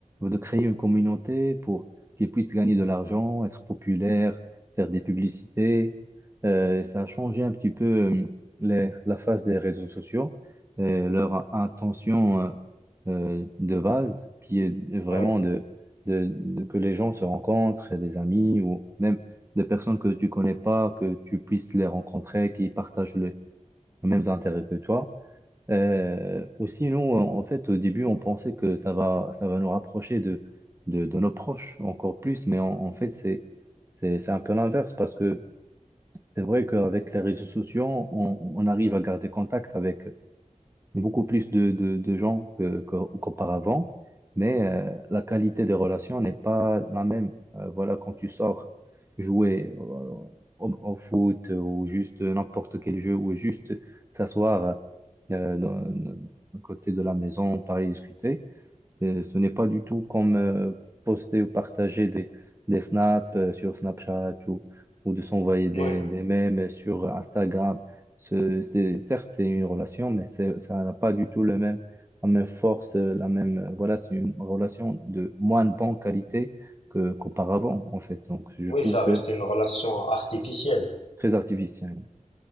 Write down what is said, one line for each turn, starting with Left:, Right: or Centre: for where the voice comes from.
Right: créer une communauté pour qu'ils puissent gagner de l'argent, être populaires, faire des publicités. Euh, ça a changé un petit peu euh, les- la face des réseaux sociaux, euh, leur intention euh, euh, de base, qui est vraiment
Left: Ouais,
Right: de, de- de- que les gens se rencontrent, et des amis ou même des personnes que tu connais pas, que tu puisses les rencontrer, qui partagent le- les mêmes intérêts que toi. Euh, ou sinon, en en fait, au début, on pensait que ça va, ça va nous rapprocher de, de, de nos proches encore plus, mais en, en fait, c'est, c'est, c'est un peu l'inverse parce que c'est vrai qu'avec les réseaux sociaux, on, on arrive à garder contact avec beaucoup plus de, de, de gens que, que- qu'auparavant, mais euh, la qualité des relations n'est pas la même. Euh, voilà, quand tu sors jouer euh, au, au foot ou juste n'importe quel jeu ou juste s'asseoir euh, dans- à côté de la maison, parler, discuter. C'est- Ce n'est pas du tout comme euh, poster ou partager des, des snaps euh, sur Snapchat ou, ou de s'envoyer des,
Left: ouais.
Right: des mèmes sur Instagram. Ce- C'est, certes, c'est une relation, mais c'est- ça n'a pas du tout le même, la même force, euh, la même, euh, voilà, c'est une relation de moins bonne qualité que, qu'auparavant, en fait. Donc, je
Left: Oui,
Right: trouve
Left: ça
Right: que
Left: reste une relation artificielle.
Right: très artificiel.